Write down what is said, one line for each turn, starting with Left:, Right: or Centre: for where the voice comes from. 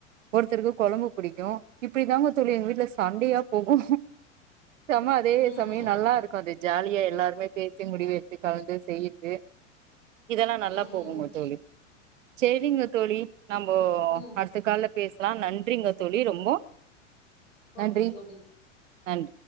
Right: ஒருத்தருக்கு கொழம்பு புடிக்கு இப்படி தாங்க தோழி எங்க வீட்ல சண்டையா போகு சம அதே
Left: ம்
Right: சமயு
Left: ம்
Right: நல்லா இருக்கு அது ஜாலியா எல்லாருமே பேசி முடிவெட்த்து கலந்து செய்யிற்த்து இதெல்லா நல்லா
Left: ம்
Right: போகுங்க
Left: ம்
Right: தோழி செரிங்க தோழி நம்போ
Left: ம்
Right: அடுத்த கால்ல பேசலா நன்றிங்க தோழி ரொம்போ
Left: ஓகே
Right: நன்றி
Left: தோழி
Right: நன்றி